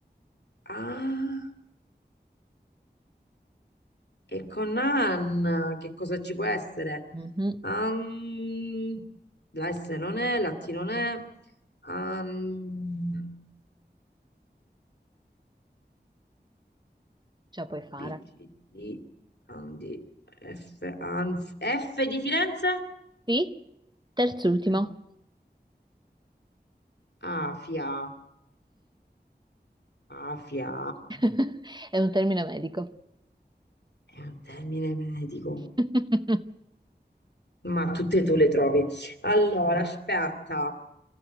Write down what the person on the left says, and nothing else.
Ah, e con Anna, che cosa ci può essere?
Am- la S non è, la T non è. Am-
A,
B, C, D, Andi, F, Anf, F di Firenze?
Eh, Afia, Afia,
è un termine medico,
ma tutte tu le trovi. Allora, aspetta,